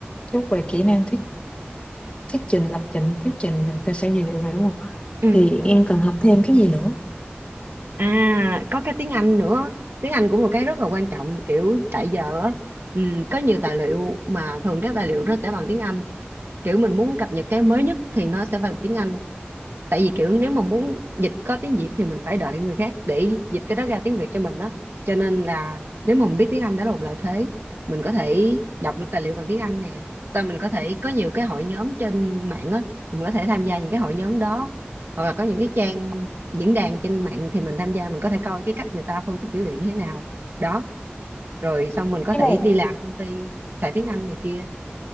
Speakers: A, on the left; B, on the right.
A: chút về kỹ năng thuyết thuyết trình lập trình thuyết trình cơ sở dữ liệu rồi đúng không
B: ừ
A: thì
B: đúng
A: em
B: rồi
A: cần học thêm cái gì nữa
B: à có cái tiếng Anh nữa tiếng Anh cũng là cái rất là quan trọng kiểu tại giờ á ừ, có nhiều tài liệu mà thường các tài liệu nó sẽ bằng tiếng Anh kiểu mình muốn cập nhật cái mới nhất thì nó sẽ phải là tiếng Anh tại vì kiểu nếu mà muốn dịch có tiếng Việt thì mình phải đợi người khác để dịch cái đó ra tiếng Việt cho mình đó cho nên là nếu mà mình biết tiếng Anh đó là một lợi thế mình có thể đọc được tài liệu bằng tiếng Anh nè sau mình có thể có nhiều cái hội nhóm trên mạng á mình có thể tham gia những cái hội nhóm đó hoặc là có những cái trang diễn đàn trên mạng thì mình tham gia mình có thể coi cái cách người ta phân tích dữ liệu như thế nào đó rồi xong mình có
A: Xí
B: thể
A: mê
B: đi làm công ty xài tiếng Anh này kia